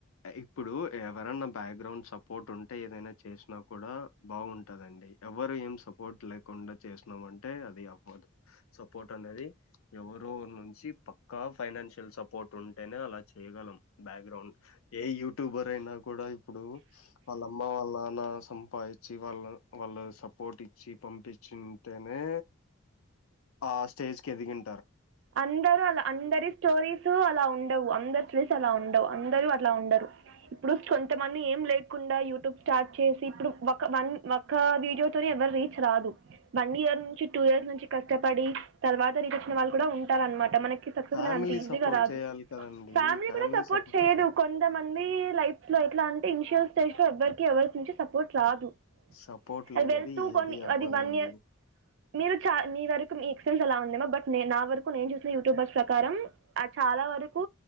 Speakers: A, on the left; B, on the right.
A: ఇప్పుడు ఎవరన్నా బ్యాక్గ్రౌండ్ సపోర్ట్ ఉంటే ఏదైనా చేసినా కూడా బాగుంటందం డి ఎవరు ఏం సపోర్ట్ లేకుండా చేసినామ అంటే అది అవ్వదు సపోర్ట్ అనేది ఎవరో ఒకరి నుంచి పక్కా ఫైనాన్షియల్ సపోర్ట్ ఉంటేనే అలా చేయ్యగలం బ్యాక్గ్రౌండ్ ఏ యూట్యూబర్ అయినా కూడా ఇప్పుడు వాళ్ళ అమ్మ వాళ్ళ నాన్న సం పా ఇచ్చి వాళ్ళు వాళ్ళు సపోర్ట్ ఇచ్చి పంపించింటేనే ఆ స్టేజ్ కి ఎదిగిం
B: అందరు అలా అందరి స్టోరీస్ స్ అలా ఉండవు అందరు స్టోరీస్ అలా ఉండవు అందరూ అలా ఉండరు. ఇప్పుడు కొంతమంది ఏం లేకుండా యూట్యూబ్ స్టార్ట్ చేసి ఇప్పుడు ఒక వన్ ఒక వీడియోతోనే రీచ్ రాదు వన్ ఇయర్ నుంచి టూ ఇయర్స్ నుంచి కష్టపడి తర్వాత రీచ్ వచ్చిన వాళ్ళు కూడా ఉంటారనమాట మనకి. సక్సెస్
A: ఫ్యామిలీ
B: అనేది అంత ఈజీ
A: సపోర్ట్
B: గా రాదు
A: చేయాలి కదండీ!
B: ఫ్యామిలీ కూడా సపోర్ట్
A: సపో
B: చేయదు కొంతమంది లైఫ్. లో ఎట్ల అంటే ఇన్షియల్ స్టేజ్ లో ఎవరికి ఎవరి నుంచి సపోర్ట్ రాదు.
A: సపోర్ట్ లేనిది
B: అది వెళ్తూ
A: ఏది
B: కొన్ని
A: అవ్వదండి
B: అది వన్ ఇయర్. మీరు చా మీ వరకు మీ ఎక్స్పీరియన్స్ అలా ఉందేమా బట్ నే నా. వరకు నేను చూసిన యూట్యూబర్స్ ప్రకారం ఆ చాలా వరకు